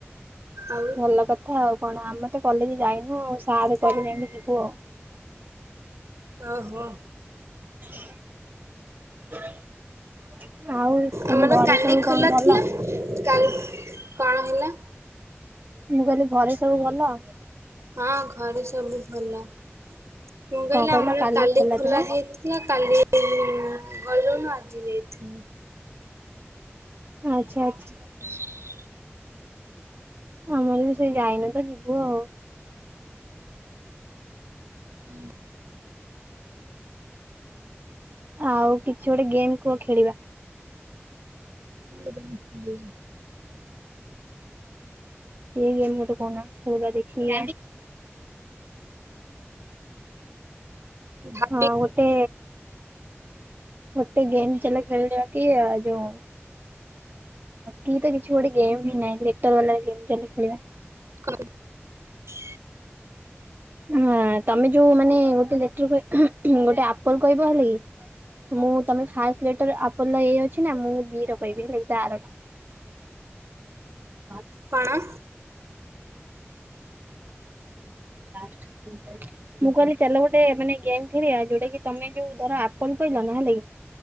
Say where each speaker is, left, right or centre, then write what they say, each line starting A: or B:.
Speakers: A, on the right; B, on the right.
A: ଆଉ।
B: ଭଲ କଥା ଆଉ କଣ ଆମେ ତ କଲେଜ ଯାଇନୁ ଆଉ ସାର୍
A: କଣ?
B: କହିଲେ ଯାଇକି ଯିବୁ ଆଉ।
A: ଓହୋ।
B: <inaudible> ଆଉ ତମ
A: ଆମର
B: ଘରେ
A: କାଲି
B: ସବୁ
A: ଖୋଲା
B: କଣ ଭଲ?
A: ଥିଲା କା କଣ ହେଲା?
B: ମୁଁ କହିଲି ଘରେ ସବୁ ଭଲ।
A: ହଁ ଘରେ ସବୁ ଭଲ। ମୁଁ କହିଲି
B: କଣ କହିଲ
A: ଆମର କାଲି ଖୋଲା
B: ଥିଲା
A: ହେଇଥିଲା କାଲି କାଲି ଗଲୁନୁ ଆଜି ଯାଇଥିଲୁ।
B: ଆଚ୍ଛା
A: <inaudible>
B: ଆଚ୍ଛା। ଆମର ବି ସେଇ ଯାଇନୁ ତ ଯିବୁ ଆଉ।
A: ହୁଁ।
B: ଆଉ କିଛି ଗୋଟେ ଗେମ୍ କୁହ ଖେଳିବା।
A: <inaudible>
B: କି ଗେମ୍ ଗୋଟେ କୋଉନା ଖେଳିବା ଦେଖି।
A: ଭାବି
B: ହଁ ଗୋଟେ ମୋତେ ଗେମ୍ ଚାଲ ଖେଳିବା କି ଆ ଯୋଉ କିନ୍ତୁ କିଛି ଗୋଟେ ଗେମ୍ ବି ନାହିଁ, ଗୀତ ଗଲା ଗୀତ ରେ ଖେଳିବା।
A: <inaudible>
B: ହଁ ତମେ ଯୋଉ ମାନେ ଗୋଟେ ଲେଟର ଗୋଟେ ଆପଲ କହିବ ହେଲା କି ମୁଁ ତମେ ଫାଷ୍ଟ ଲେଟର ଆପୋଲ ର ଏ ଅଛି ନା ମୁଁ ବି ର କହିବି ଏୟୀ ତା ଆର <inaudible>
A: କଣ?
B: <inaudible> ମୁଁ କହିଲି ଚାଲ ଗୋଟେ ମାନେ ଗେମ ଖେଳିବା, ଯୋଉଟା କି ତମେ ଯୋଉ ଧର ଆପଲ କହିଲ ନା ହେଲା କି